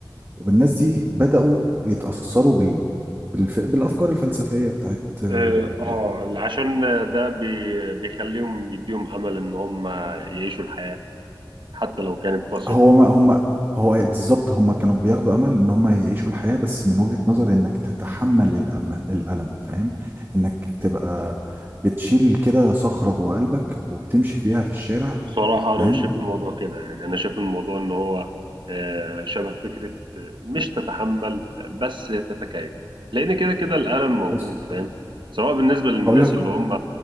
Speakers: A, on the right; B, on the right.
A: والناس دي بدأوا يتأثروا بال... بالف... بالأفكار الفلسفية بتاعت آه،
B: اه آه، عشان ده بي- بيخليهم يديهم امل ان هم يعيشوا الحياة حتى لو كانت قاسية
A: هو
B: بالنسبة
A: ما هم هو بالظبط هم كانوا بياخدوا امل ان هم يعيشوا الحياه بس من وجهه نظر انك تتحمل الامل الالم فاهم انك تبقى بتشيل كده صخره جوه قلبك وبتمشي فيها في الشارع
B: بصراحة
A: فاهم
B: أنا مش شايف الموضوع كده يعني أنا شايف الموضوع إن هو آه، شبه فكرة آه، مش تتحمل آه، بس تتكيف لأن كده كده الألم موجود
A: بص
B: فاهم سواء بالنسبة للناس
A: هقول لك
B: اللي هم